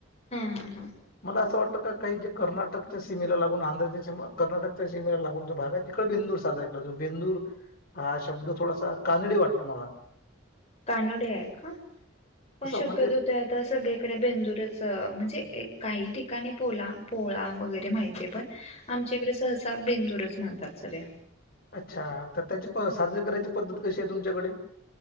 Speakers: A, on the left (about 30°); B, on the left (about 45°).
A: हा हा हा
B: मला असं वाटत काही जे कर्नाटकच्या सीमेला लागून आंध्रच्या सिमे कर्नाटकच्या सीमेला लागून जो भाग आहे तिकडं बेंदूर साजरा केला बेंदूर, हा शब्द थोडासा कानडी वाटतो मला.
A: कानडी आहे. का? पण
B: असं
A: शक्यतो
B: म्हणजे
A: ते आता सगळीकडे बेंदुरच अ म्हणजे एक काही ठिकाणी पोला पोळा वगैरे माहितीे आहे पण, आमच्याकडे सहसा बेंदूरच म्हणतात. सगळ्या
B: अच्छा, तर त्याची प साजरी करायची पद्धत कशी आहे तुमच्याकडे?